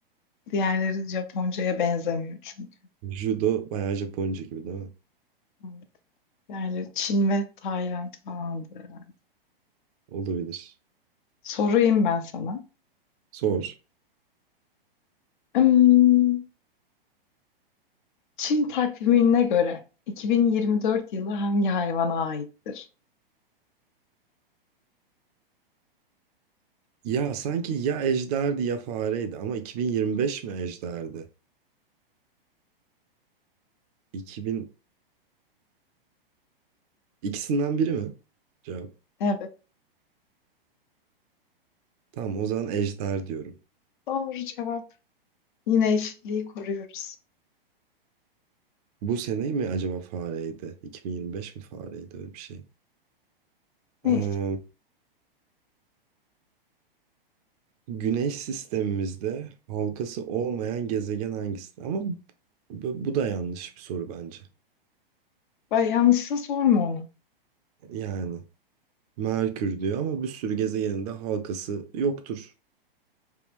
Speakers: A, on the left (about 55°); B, on the right (about 40°).
A: Diğerleri Japonca'ya benzemiyor çünkü.
B: Judo bayağı Japonca gibi değil mi?
A: Evet. Diğerleri Çin ve Tayland falandı herhalde.
B: Olabilir.
A: Sorayım ben sana.
B: Sor.
A: Hmm, Çin takvimine göre 2024 yılı hangi hayvana aittir?
B: Ya sanki ya ejderdi ya fareydi ama 2025 mi ejderdi? 2000 ikisinden biri mi? Cevap.
A: Evet,
B: Tamam o zaman ejder diyorum.
A: doğru cevap. Yine eşitliği koruyoruz.
B: Bu sene mi acaba fareydi? 2025 mi fareydi öyle bir şey.
A: Neyse.
B: Ee, güneş sistemimizde halkası olmayan gezegen hangisi? Ama bu, bu da yanlış bir soru bence.
A: Bay yanlışsa sorma onu.
B: Yani Merkür diyor ama bir sürü gezegenin de halkası yoktur.